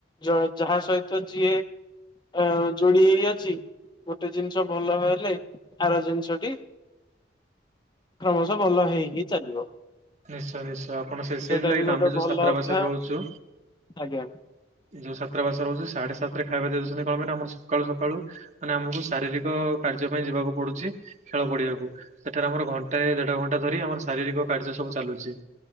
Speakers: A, on the left (about 25°); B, on the right (about 40°).
A: ଜ ଯାହା ସହିତ ଯିଏ ଆ ଜଡ଼ିଇ ଅଛି। ଗୋଟେ ଜିନିଷ ଭଲ ହେଲେ ଆର ଜିନିଷଟି କ୍ରମଶଃ ଭଲ ହେଇ ହିଇ ଚାଲିବ।
B: ନିଶ୍ଚୟ ନିଶ୍ଚୟ ଆପଣ ସେ ସେଇଥିଲାଗି
A: ସେଇଟା ବି
B: ତ
A: ଗୋଟେ
B: ଆମେ ଯୋଉ
A: ଭଲ
B: ଛାତ୍ରାବାସରେ
A: ଅଭ୍ୟାସ
B: ରହୁଛୁ।
A: ଆଜ୍ଞା।
B: ଯୋଉ ଛାତ୍ରାବାସ ରହୁଛି ସାଢେ ସାତ ରେ ଖାଇବା ଦଉଛନ୍ତି କଣ ମାନେ ଆମର ସକାଳୁ ସକାଳୁ ମାନେ ଆମକୁ ଶାରୀରିକ କଯ୍ୟ ପାଇଁ ଯିବାକୁ ପଡୁଛି ଖେଳ ପଡିିବାକୁ ସେଠାରେ ଆମର ଘଣ୍ଟା ଦେଢ ଘଣ୍ଟା ଧରି ଆମ ଶାରୀର ସବୁ ଚାଲୁଛି